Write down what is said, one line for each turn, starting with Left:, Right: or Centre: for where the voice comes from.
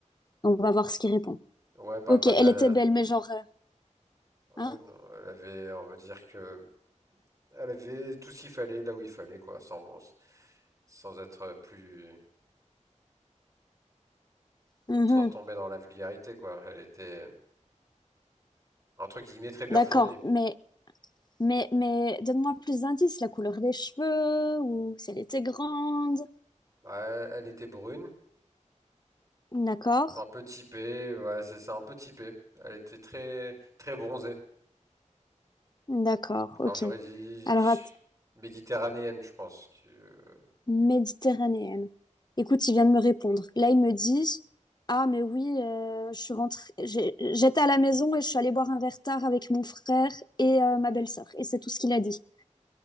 Left: On va voir ce qu'il répond.
Right: Ouais, parle
Left: Ok,
Right: pas
Left: elle
Right: de la.
Left: était belle, mais genre, euh,
Right: Ouais,
Left: hein?
Right: non, elle avait, on va dire que. elle avait tout ce qu'il fallait là où il fallait, quoi, sans, sans être plus.
Left: Mhm.
Right: sans tomber dans la vulgarité, quoi. Elle était, entre guillemets, très bien
Left: D'accord,
Right: fournie.
Left: mais mais mais donne-moi plus d'indices, la couleur des cheveux ou si elle était grande.
Right: Bah, elle elle était brune,
Left: D'accord,
Right: un peu typée, ouais, c'est ça, un peu typée. Elle était très, très bronzée.
Left: d'accord, ok.
Right: Alors j'aurais dit
Left: Alors
Right: tch,
Left: att-
Right: méditerranéenne, je pense. que- euh,
Left: Méditerranéenne. Écoute, il vient de me répondre. Là, il me dit, ah mais oui, euh, je suis rentrée, j'ai- j'étais à la maison et je suis allée boire un verre tard avec mon frère et euh, ma belle-sœur. Et c'est tout ce qu'il a dit.